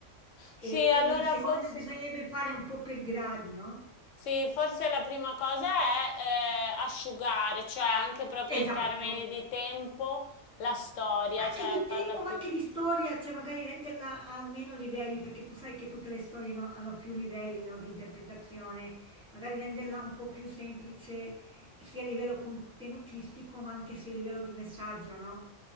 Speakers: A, in the centre; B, on the left (about 85°).
A: E
B: Sì, allora
A: e lì secondo
B: forse.
A: me bisognerebbe fare un po' per gradi, no.
B: Sì, forse la prima cosa è eh, asciugare, cioè anche proprio
A: Esatto,
B: in termini di tempo, la storia,
A: ma anche
B: cioè
A: di
B: farla
A: tempo,
B: più
A: ma anche di storia, cioè magari renderla a meno livelli, perché tu sai che tutte le storie, no, hanno più livelli, no, di interpretazione. Magari renderla un po' più semplice, sia a livello contenutistico, ma anche sia a livello di messaggio, no?